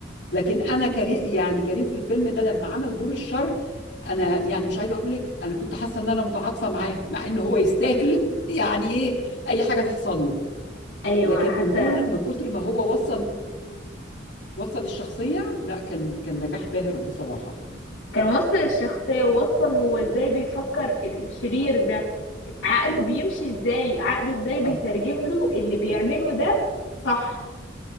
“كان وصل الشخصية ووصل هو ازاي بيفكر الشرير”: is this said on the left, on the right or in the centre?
Left